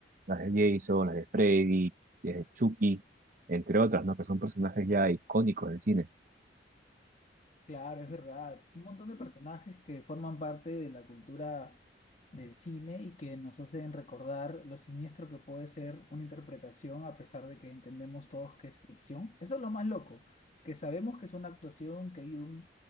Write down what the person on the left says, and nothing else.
Claro, es verdad. Un montón de personajes que forman parte de la cultura del cine y que nos hacen recordar lo siniestro que puede ser una interpretación a pesar de que entendemos todos que es ficción. Eso es lo más loco, que sabemos que es una actuación, que hay un